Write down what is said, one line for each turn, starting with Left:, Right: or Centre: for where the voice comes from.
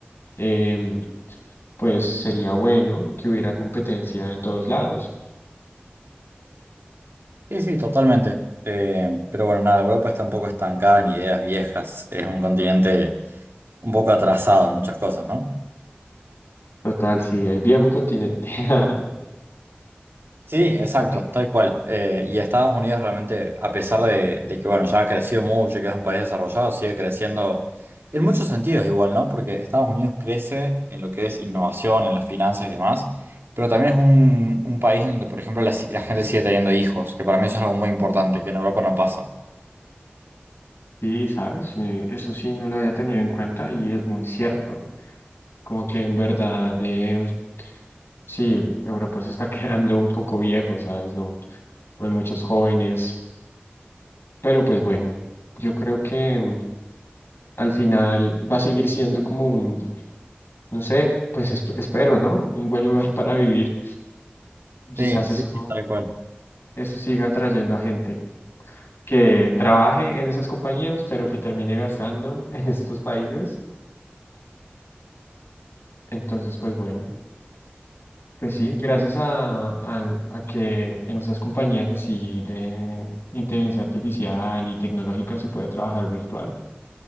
Left: em, pues sería bueno que hubiera competencia en todos lados.
Right: Sí, sí, totalmente. Eh, pero bueno, nada, Europa está un poco estancada en ideas viejas. Es un continente un poco atrasado en muchas cosas, ¿no?
Left: Total, sí, el viejo continente. <laughs>
Right: Sí, exacto,
Left: Me quedo.
Right: tal cual. Eh, y Estados Unidos realmente, a pesar de, de que bueno, ya ha crecido mucho y que es un país desarrollado, sigue creciendo en muchos sentidos igual, ¿no? Porque Estados Unidos crece en lo que es innovación, en las finanzas y demás, pero también es un, un país en donde, por ejemplo, la, si- la gente sigue teniendo hijos, que para mí eso es algo muy importante, que en Europa no pasa.
Left: Sí, sabes, Eh, eso sí no lo había tenido en cuenta y es muy cierto. Como que en verdad, em, sí, Europa se está <laughs> quedando un poco viejo, ¿sabes? No, no hay muchos jóvenes, pero pues bueno, yo creo que em, al final va a seguir siendo como un, no sé, pues esp- espero, ¿no? Un buen lugar <laughs> para vivir. Quizás
Right: Sí,
Left: eso,
Right: sí, sí, tal cual.
Left: eso siga atrayendo a gente. que trabaje en esas compañías, pero que termine gastando <laughs> en estos países. Entonces, pues bueno, pues sí, gracias a, al- a que en esas compañías así de inteligencia artificial y tecnológica se puede trabajar virtual,